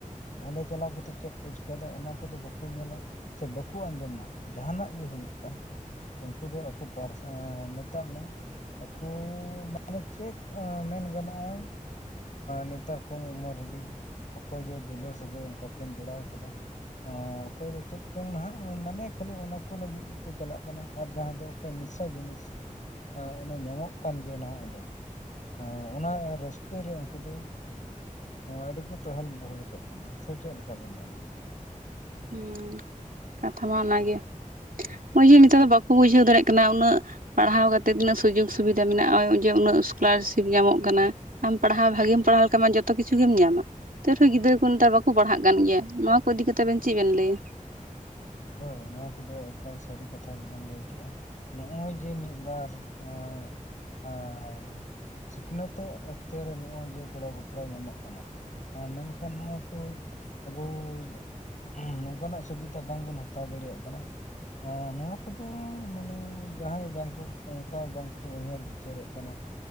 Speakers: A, on the left; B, on the right.
A: ᱚᱸᱰᱮ ᱪᱟᱞᱟᱣ ᱠᱟᱛᱮᱜ ᱪᱮᱫ ᱠᱚ ᱪᱤᱠᱟᱹᱭ ᱮᱫᱟ ᱚᱱᱟ ᱠᱚᱫᱚ ᱵᱟᱠᱚ ᱧᱮᱞᱟ ᱥᱮ ᱵᱟᱠᱚ ᱟᱸᱡᱚᱢᱟ ᱡᱟᱦᱱᱟᱜ ᱜᱮ ᱦᱩᱭᱩᱜ ᱠᱟᱱ ᱩᱱᱠᱩ ᱫᱚ ᱟᱠᱚ ᱯᱟᱨ ᱢᱮᱛᱟᱜ ᱢᱮ ᱟᱠᱚ ᱢᱟᱱᱮ ᱪᱮᱫ ᱢᱮᱱ ᱜᱟᱱᱚᱜᱼᱟ ᱱᱮᱛᱟᱨ ᱠᱚᱢ ᱩᱢᱮᱨ ᱨᱮᱜᱮ ᱚᱠᱚᱭ ᱫᱚ ᱫᱩᱞᱟᱹᱲ ᱥᱟᱹᱜᱟᱹᱭ ᱚᱱᱠᱟ ᱠᱤᱱ ᱡᱚᱲᱟᱣ ᱟᱠᱟᱫᱟ ᱟᱸ ᱚᱠᱚᱭ ᱫᱚ ᱪᱮᱫ ᱪᱚᱝ ᱱᱟᱦᱟᱜ ᱢᱟᱱᱮ ᱠᱷᱟᱹᱞᱤ ᱚᱱᱟ ᱠᱚ ᱞᱟᱹᱜᱤᱫ ᱜᱮ ᱪᱟᱞᱟᱜ ᱠᱟᱱᱟ᱾ ᱟᱨ ᱡᱟᱦᱟᱸ ᱫᱚ ᱚᱠᱚᱭ ᱱᱤᱥᱟᱹ ᱡᱤᱱᱤᱥ ᱚᱱᱮ ᱧᱟᱢᱚᱜ ᱠᱟᱱ ᱡᱮ ᱱᱟᱦᱟᱜ ᱚᱸᱰᱮ <unintelligible> ᱚᱱᱟ ᱨᱟᱹᱥᱠᱟᱹ ᱨᱮ ᱩᱱᱠᱩ ᱫᱚ᱾ ᱟᱹᱰᱤ ᱠᱚ ᱛᱳᱦᱮᱞ ᱵᱚᱦᱮᱞ ᱠᱚᱜ ᱠᱟᱱᱟ ᱥᱮ ᱪᱮᱫ ᱞᱮᱠᱟᱵᱮᱱ ᱢᱮᱱᱟ᱾
B: ᱦᱮᱸ ᱠᱟᱛᱷᱟ ᱢᱟ ᱚᱱᱟᱜᱮ ᱱᱚᱜᱼᱚᱭ ᱡᱮ ᱱᱮᱛᱟᱨ ᱫᱚ ᱵᱟᱠᱚ ᱵᱩᱡᱷᱟᱹᱣ ᱫᱟᱲᱮᱭᱟᱜ ᱠᱟᱱᱟ ᱩᱱᱟᱹᱜ ᱯᱟᱲᱦᱟᱣ ᱠᱟᱛᱮᱜ ᱛᱤᱱᱟᱹᱜ ᱥᱩᱡᱳᱜᱽ ᱥᱩᱵᱤᱫᱷᱟ ᱢᱮᱱᱟᱜᱼᱟ ᱱᱚᱜ ᱚᱭ ᱡᱮ ᱩᱱᱟᱹᱜ ᱥᱠᱚᱞᱟᱨᱥᱤᱯ ᱧᱟᱢᱚᱜ ᱠᱟᱱᱟ᱾ ᱟᱢ ᱯᱟᱲᱦᱟᱣ ᱵᱷᱟᱹᱜᱤᱢ ᱯᱟᱲᱦᱟᱣ ᱞᱮᱠᱷᱟᱱ ᱡᱚᱛᱚ ᱠᱤᱪᱷᱩ ᱜᱮᱢ ᱧᱟᱢᱟ᱾ ᱱᱮᱛᱟᱨ ᱠᱚ ᱜᱤᱫᱽᱨᱟᱹ ᱠᱚ ᱱᱮᱛᱟᱨ ᱵᱟᱠᱚ ᱯᱟᱲᱦᱟᱜ ᱠᱟᱱ ᱜᱮᱭᱟ ᱱᱚᱣᱟ ᱠᱚ ᱤᱫᱤ ᱠᱟᱛᱮ ᱟᱵᱮᱱ ᱪᱮᱫ ᱵᱮᱱ ᱞᱟᱹᱭᱟ
A: ᱦᱳᱭ ᱱᱚᱣᱟ ᱠᱚᱫᱚ ᱮᱠᱟᱞ ᱥᱟᱹᱨᱤ ᱠᱟᱛᱷᱟ ᱜᱮᱵᱮᱱ ᱞᱟᱹᱭ ᱠᱮᱫᱜᱼᱟ ᱱᱚᱜᱼᱚᱭ ᱡᱮ ᱢᱤᱫᱵᱟᱨ <unintelligible> ᱟᱨ ᱥᱤᱠᱷᱱᱟᱹᱛᱚᱜ ᱚᱠᱛᱮ ᱨᱮ ᱱᱚᱜᱼᱚᱭ ᱡᱮ ᱜᱚᱲᱚ ᱜᱚᱯᱚᱲᱚ ᱧᱟᱢᱚᱜ ᱠᱟᱱᱟ ᱢᱮᱱᱠᱷᱟᱱ ᱱᱚᱣᱟ ᱠᱚ ᱟᱵᱩ <unintelligible> ᱱᱚᱝᱠᱟᱱᱟᱜ ᱥᱩᱵᱤᱛᱟ ᱵᱟᱝᱵᱚᱱ ᱦᱟᱛᱟ᱾ ᱦᱟᱛᱟᱣ ᱫᱟᱲᱮᱭᱟᱜ ᱠᱟᱱᱟ ᱟ ᱱᱚᱣᱟ ᱠᱳᱫᱚ ᱢᱟᱱᱮ ᱡᱟᱦᱟᱸᱭ ᱵᱟᱝᱠᱳ ᱚᱱᱠᱟ ᱵᱟᱝᱠᱚ ᱩᱭᱦᱟᱹᱨ ᱵᱤᱪᱟᱹᱨᱮᱫ ᱠᱟᱱᱟ